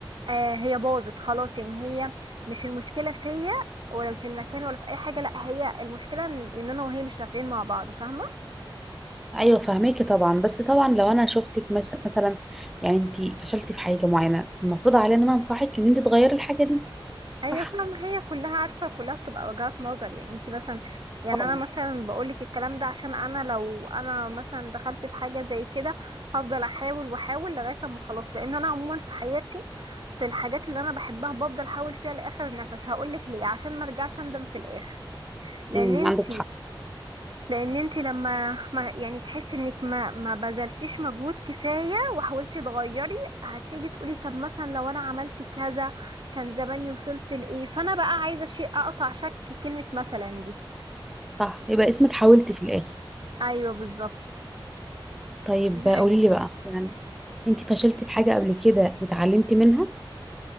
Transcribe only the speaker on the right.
آه هي باظت خلاص يعني هي مش المشكلة فيا ولا في المكان ولا في اي حاجة لا هي المشكلة ان إن انا وهي مش نافعين مع بعض فاهمة
ايوه فاهمة هي كلها عارفة كلها بتبقى وجهات نظر يعني انت مثلا يعني
انا مثلا بقولك الكلام ده عشان انا لو انا مثلا دخلت في حاجة زي كده هفضل احاول واحاول لغاية اما خلاص لان انا عموما في حياتي في الحاجات اللي انا بحبها بفضل احاول فيها لاخر نفس هقولك ليه عشان ما ارجعش اندم في الاخر لان
انت
لان انت لما ما يعني تحسي انك ما ما بذلتيش مجهود كفايه وحاولتي تغيري هتيجي تقولي طب مثلا لو انا عملت كذا كان زماني وصلت لايه فانا بقى عايزه شيء اقطع شك كلمه مثلا دي
ايوه بالظبط
ده
حقيقي